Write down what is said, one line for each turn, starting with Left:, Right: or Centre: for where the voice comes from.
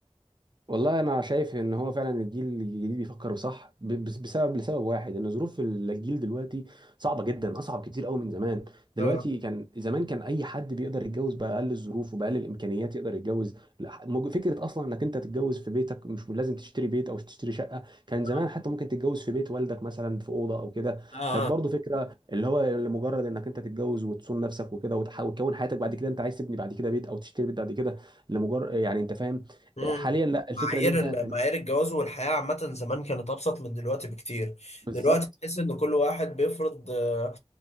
Right: والله انا شايف ان هو فعلا الجيل الجديد بيفكر صح ب- بس- بسبب لسبب واحد ان ظروف الجيل دلوقتي صعبه جدا اصعب كتير قوي من زمان دلوقتي
Left: اه
Right: كان زمان كان اي حد بيقدر يتجوز باقل الظروف وباقل الامكانيات يقدر يتجوز لا، مج- فكره اصلا انك انت تتجوز في بيتك مش لازم تشتري بيت او تشتري شقه كان زمان
Left: اه
Right: حتى ممكن تتجوز في بيت والدك مثلا في اوضه او كده
Left: اه
Right: كانت
Left: آه.
Right: برضو فكره اللي هو لمجرد انك انت تتجوز وتصون نفسك وكده وتح- وتكون حياتك بعد كده انت عايز تبني بعد كده بيت او تشتري بيت بعد كده لمجرد يعني انت فاهم
Left: مم.
Right: حاليا لا
Left: معايير
Right: الفكره دي انتهت
Left: ال-
Right: منه
Left: معايير الجواز والحياة عامة زمان كانت أبسط من دلوقتي بكتير
Right: بالظبط
Left: دلوقتي تحس إن كل واحد بيفرض آه،